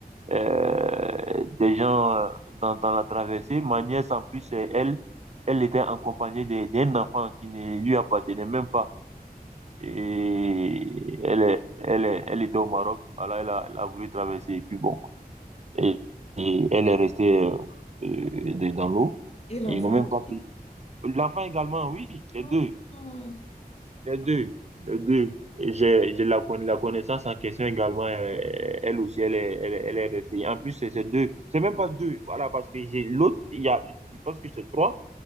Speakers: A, on the right; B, on the left.
A: euh, des gens euh, dans, dans la traversée, ma nièce en plus, euh, elle, elle était accompagnée de- d'un enfant qui ne lui appartenait même pas. Et elle, est- elle, est- elle était au Maroc, alors elle a, elle a voulu traverser et puis bon, et, et elle est restée euh, euh, dans l'eau.
B: Et l'enfant
A: Ils n'ont même
B: aussi?
A: pas pris. L'enfant également, oui, les
B: Oh,
A: deux.
B: euh,
A: Les deux, les deux. Et J'ai, j'ai la, conna- la connaissance en question également, euh, elle aussi, elle est, elle, est elle est restée. En plus, c'est c'est deux, c'est même pas deux, voilà, parce que j'ai l'autre, il y a, je pense que c'est trois.